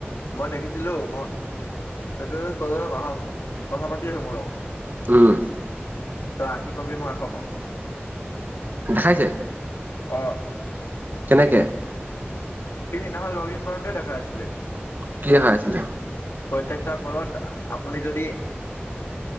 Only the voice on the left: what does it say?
মই দেখিছিলো। ম তাতে কলে কথা, কথা পাতি আছো মোৰ লগত।
তই আশি পাবি, মই এশ পাম।
অ'।
সি সিনাখন লগ ইন মাৰোতে দেখাই আছিলে
প্ৰত্যেকটা কলত আপুনি যদি